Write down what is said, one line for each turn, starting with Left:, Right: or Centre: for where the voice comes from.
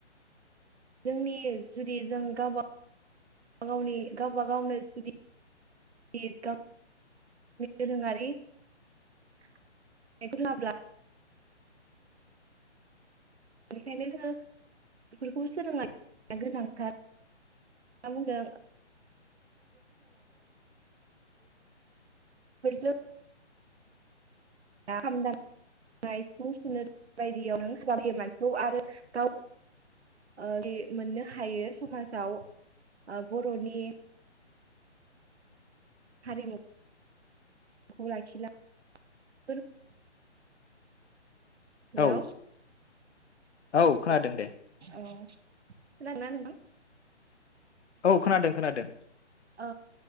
Right: जोंनि जुदि जों गावबा गावनि गावबा गावनो जुदि। <unintelligible> दोरोङारि <unintelligible> रोङाब्ला बेनिखायनो जोङो बेफोरखौ सोलोंनाया गोनांथार मा <unintelligible> <unintelligible> सिफुं सुनो बायदियाव नों <unintelligible> मोननो हायो समाजाव बर'नि। हारिमु <unintelligible> हेलौ।
Left: औ औ खोनादों दे
Right: औ। खोनादो दे नोंथां।
Left: औ खोनादों खोनादों।
Right: औ